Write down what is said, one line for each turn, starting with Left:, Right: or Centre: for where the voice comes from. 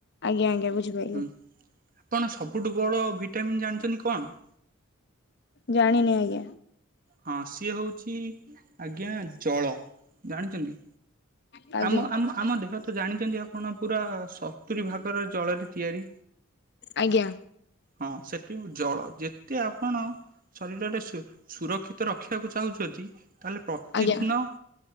Left: ଆଜ୍ଞା ଆଜ୍ଞା ବୁଝିପାଇଲି।
Right: ହୁଁ ଆପଣ ସବୁଠୁ ବଡ ଭିଟାମିନ୍ ଜାଣିଛନ୍ତି କଣ?
Left: ଜାଣିନି ଆଜ୍ଞା।
Right: ହଁ ସିଏ ହଉଛି ଆଜ୍ଞା ଜଳ ଜାଣିଚନ୍ତି
Left: ଆଜ୍ଞା
Right: ଆମ-ଆମ-ଆମ ଦେଖନ୍ତୁ ତ ଜାଣିଛନ୍ତି ଆପଣ ପୁରା ସ ସତୁରି ଭାଗର ଜଳରେ ତିଆରି।
Left: ଆଜ୍ଞା
Right: ହଁ ସେଠି ଜଳ ଯେତେ ଆପଣ ଶରୀରରେ ସୁ ସୁରକ୍ଷି ତ ରଖିବାକୁ ଚାହୁଁଛନ୍ତି ତାହେଲେ ପ୍ରତିଦିନ
Left: ଆଜ୍ଞା।